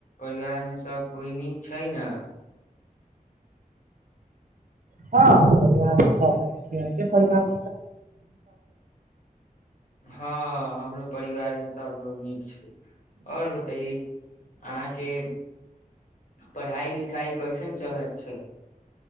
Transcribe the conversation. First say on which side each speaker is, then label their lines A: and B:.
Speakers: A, on the left; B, on the right.
A: परिवार मे सभ कोइ नीक छै ने
B: हँ परिवार छै परार
A: हँ हमरो परिवार मे सबलोग नीक छै आओर बताय अहाँके पढ़ाई लिखाइ कैसन चलत छै